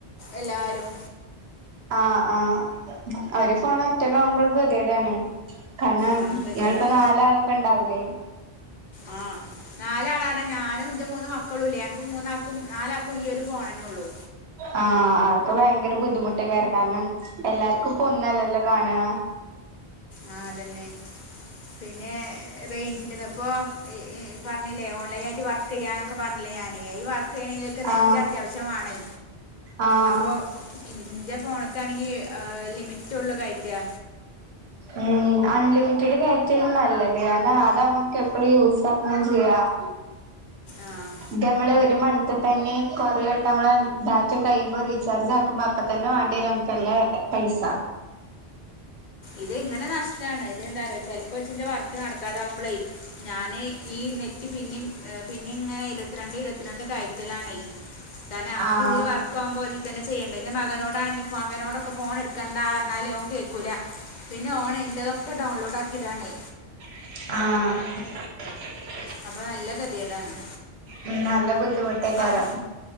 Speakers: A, on the left; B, on the right.
A: എല്ലാരും
B: ആഹ് ആഹ് അവര് ഫോണ് <unintelligible> കാരണം
A: ആ ഗതികേടാണ്
B: ങ്ങൾപ്പോ നാലാളൊക്കെ ഉണ്ടാവൂലേ
A: ആഹ് നാലാള് ആണ്‌ ഞാനും എന്റെ മൂന്ന് മക്കളുംല്ലേ ഞങ്ങക്ക് മൂന്നാക്കും നാലാക്കും ഈ ഒരു ഫോണേ ഉള്ളൂ
B: ആഹ് അതൊക്കെ ഭയങ്കര ബുദ്ധിമുട്ട്ക്കെണ് കാരണം എല്ലാർക്കും ഇപ്പം ഒന്നല്ലല്ലോ കാണുക
A: ആഹ് അത് തന്നെ പിന്നെ റേയ്ഞ്ച്ന്റെ ഇപ്പൊ പറഞ്ഞില്ലേ ഓൺലൈൻ ആയിട്ട് വർക്ക് ചെയ്യാന്നൊക്കെ പറഞ്ഞില്ലേ ഞാന് ഈ വർ ണെങ്കിലേ നെറ്റ്
B: ആഹ്
A: അത്യാവശ്യമാണേ
B: ആഹ്
A: അപ്പോ ഇന്റെ ഫോണ്ക്കാണെങ്കിൽ ലിമിറ്റുള്ള കയറ്റാ
B: ഉം അൺലിമിറ്റഡ് കയറ്റാണ് നല്ലത് അതാകു നമക്ക് എപ്പഴും യൂസ് ആക്കയും ചെയ്യാം
A: ആഹ്
B: ഇത് നമ്മള് ഒരു മന്തിൽ തന്നെ കൊറോ വട്ടം നമ്മള് ബാറ്റ കഴിയുമ്പോൾ റീചാർജ് ആക്കുമ്പോ അപ്പ തന്നെ വ വരും നല്ല പൈസ
A: ഇത് ഇങ്ങനെ നഷ്ടാണ് ഇതന്താ ചെലപ്പോ വർക്ക് നടക്കാതാവുമ്പോളേ ഞാനീ ഈ നെറ്റ് പിന്നെ പിന്നെ ഇങ്ങനെ ഇരുപത്തിരണ്ട് ഇരുപത്തിരണ്ട് കയറ്റലാണേ കാരണം നമുക്ക്
B: ആഹ്
A: ഇതില് വർക്ക് ആകുമ്പോ അതിൽ തന്നെ ചെയ്യണ്ട മകനോടാണെങ്കിൽ മകനോട് ഫോൺ എടുക്കണ്ടാറഞ്ഞാൽ ലോ കേക്കൂല പിന്നെ ഓൺഇ ള്ള തൊക്കെ ഡൗൺലോഡ് ആക്കിടാണേ
B: ആഹ്
A: അപ്പൊ നല്ല കതിയെടാണേ
B: ഉം നല്ല ബുദ്ധിമുട്ടേക്കാരം
A: ആഹ്